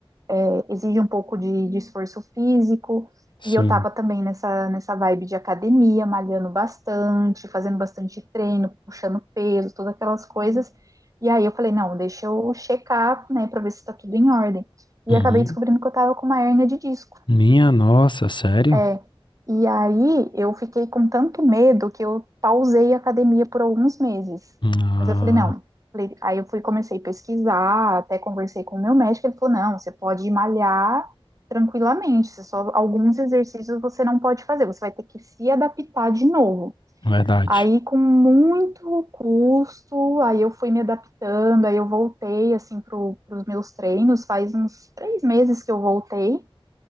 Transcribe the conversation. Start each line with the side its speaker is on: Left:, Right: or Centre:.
Right: é, exige um pouco de, de esforço físico.
Left: Sim.
Right: E eu tava também nessa, nessa vibe de academia, malhando bastante, fazendo bastante treino, puxando peso, todas aquelas coisas. E aí eu falei, não, deixa eu checar, né, pra ver se tá tudo em ordem. E
Left: Uhum.
Right: acabei descobrindo que eu tava com uma hérnia de disco.
Left: Minha nossa, sério?
Right: É. E aí eu fiquei com tanto medo que eu pausei a academia por alguns meses.
Left: Ah,
Right: Mas eu falei, não. Falei- Aí eu fui, comecei a pesquisar, até conversei com o meu médico, ele falou, não, você pode malhar tranquilamente, você só alguns exercícios você não pode fazer, você vai ter que se adaptar de novo.
Left: verdade.
Right: Aí com muito custo, aí eu fui me adaptando, aí eu voltei assim para os meus treinos, faz uns três meses que eu voltei